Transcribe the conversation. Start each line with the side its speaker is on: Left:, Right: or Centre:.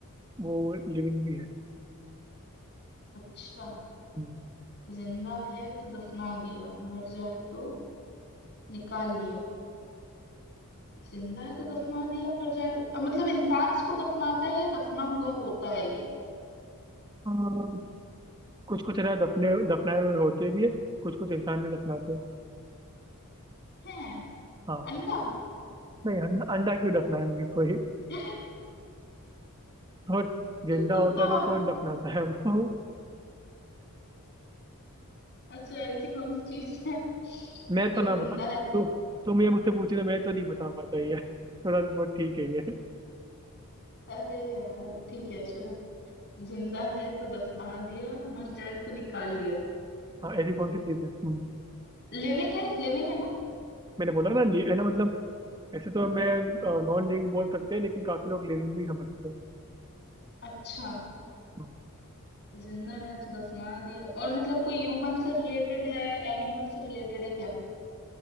Right: वो लिविंग भी है
Left: अच्छा
Right: हम्म,
Left: जिंदा है तो दफना दिया मर जाए तो निकाल लिया जिंदा है तो दफना दिया मर जाए तो अ, मतलब इंसान इसको दफनाता है या दफना हुआ होता है ये
Right: हाँ कुछ कुछ अनाज दफने दफनाए हुए होते भी है कुछ कुछ इंसान भी दफनाते हैं
Left: है
Right: हाँ
Left: अंडा
Right: नहीं अंडा अंडा क्यों दफनाएंगे कोई
Left: तू
Right: और जिंदा
Left: तुक्का
Right: होता है
Left: मार
Right: तो
Left: रही
Right: कौन दफनाता
Left: थी
Right: है वो
Left: अच्छा ऐसी कौन सी चीज है
Right: मैं
Left: जो
Right: तो ना
Left: जिंदा
Right: बता
Left: है
Right: तु, तुम ये मुझसे पूछे तो मैं तो नहीं बता पाता ये थोड़ा बहुत ठीक है ये
Left: अरे यार ठीक है चलो जिंदा है तो दफना दिया मर जाए तो निकाल लिया
Right: हाँ ऐसी कौन सी चीज है हम्म,
Left: लिविंग है लिविंग है ना
Right: मैंने बोला ना li- है ना मतलब ऐसे तो मैं नॉन लिविंग बोल सकते हैं लेकिन काफी लोग लिविंग भी समझते हैं
Left: अच्छा
Right: हम्म,
Left: जिंदा है तो दफना दिया और मतलब कोई ह्यूमन से रिलेटेड है एनिमल से रिलेटेड है क्या है